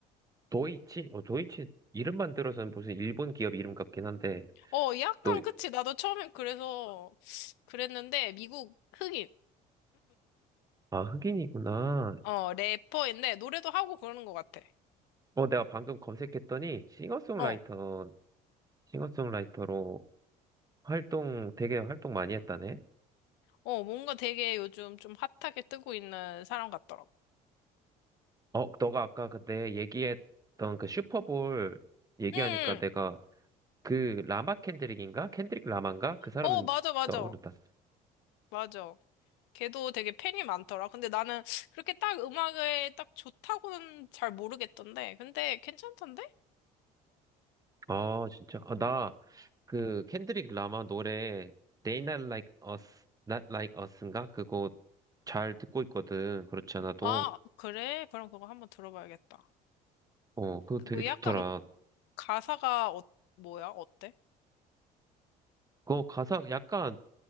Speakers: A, on the right; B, on the left.
A: 도이치? 어, 도이치 이름만 들어서는 무슨 일본 기업 이름 같긴 한데,
B: 어, 약간
A: 너,
B: 그치. 나도 처음엔 그래서 그랬는데 미국 흑인
A: 아, 흑인이구나.
B: 어 래퍼인데 노래도 하고 그러는 것 같아.
A: 어, 내가 방금 검색했더니 싱어송라이터,
B: 어,
A: 싱어송라이터로 활동, 되게 활동 많이 했다네?
B: 어 뭔가 되게 요즘 좀 핫하게 뜨고 있는 사람 같더라고.
A: 어, 너가 아까 그때 얘기했던 그 슈퍼볼 얘기하니까
B: 응,
A: 내가
B: 응.
A: 그 라마 캔드릭인가? 캔드릭 라마인가? 그 사람
B: 어 맞아 맞아
A: 떠오르다.
B: 맞아. 걔도 되게 팬이 많더라. 근데 나는 그렇게 딱 음악에 딱 좋다고는 잘 모르겠던데. 근데 괜찮던데?
A: 아, 진짜. 아, 나, 그 켄드릭 라마 노래 They Not Like Us, Not Like Us인가? 그거 잘 듣고 있거든. 그렇지 않아도.
B: 아, 그래? 그럼 그거 한번 들어봐야겠다.
A: 어, 그거
B: 그거
A: 되게 좋더라.
B: 약간 가사가 어, 뭐야? 어때?
A: 그거 가사 약간